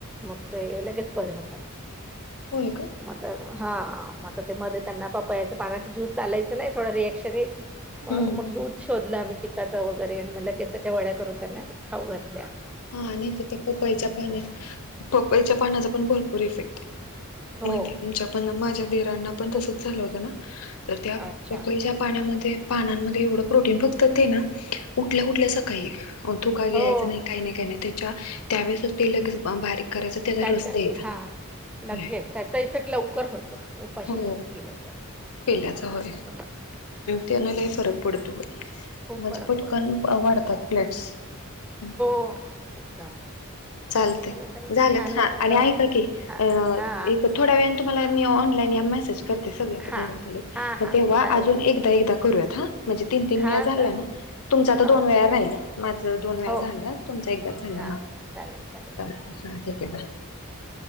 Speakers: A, in the centre; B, on the left (about 80°).
A: मग ते लगेच बरे होतात.
B: होय का?
A: मग आता हा म आता ते मध्ये त्यांना पपयाच पानाचं ज्यूस चालायचं नाही थोडं रिॲक्शन यायची- मग
B: हम्म
A: -मग दूध शोधलं आम्ही चिक्काच वगैरे आणि म लगेच त्याच्या वड्या करून त्यांना खाऊ घात
B: हा आणि तिथे पपईच्या पाण्यात
A: त्यांना
B: पपईच्या पानाचा पण भरपूर इफेक्ट आहे.
A: हो
B: माहिती आहे आमच्या पण माझ्या दिरांना पण
A: खूप
B: तसंच झालं होतं ना तर त्या
A: अच्छा
B: पपईच्या पानांमध्ये ते पानांमध्ये एवढं प्रोटीन फक्त ते ना उठल्या -उठल्या सकाळी थुका गिळायचा
A: हो
B: नाही. मी की नाय तेच्या त्यावेळेसच लगेच बारीक करायचं तेचा
A: त्याच्या
B: रस द्यायचा
A: हा
B: होय.
A: लगेच त्याचा इफेक्ट लवकर होतो उपाशी
B: हो
A: पोटी पिल्याचा
B: पिल्याचा होय
A: बरोबर. तेच
B: तेनं
A: तेच
B: लय फरक पडतो म्हणजे
A: खूप फरक
B: पटकन
A: पडतो
B: वाढतात प्लॅट हम
A: हो एकदम
B: चालतंय
A: चला ताई
B: झाल्यात
A: छान
B: हा
A: वाटलं
B: आणि ऐका की
A: हा
B: अ-
A: हा
B: इथं थोड्या वे तुम्हाला मी ऑनलाइन या मेसेज करते सगळे इथं
A: हा
B: घरात आलेत
A: हा
B: म
A: हा
B: तेव्हा
A: चालेल
B: अजुन
A: चालेल
B: एकदा- एकदा करुयात हा म्हणजे तीन- तीन
A: हा
B: वेळा
A: चाल
B: झाला ना तुमचा आता
A: हो
B: दोन वेळा राहिलं माझं दोन वेळा
A: हो
B: झालं तुमचा एकदा झाला
A: हां
B: हा
A: चालेल चालेल
B: चालतंय हा ठीक आहे बाय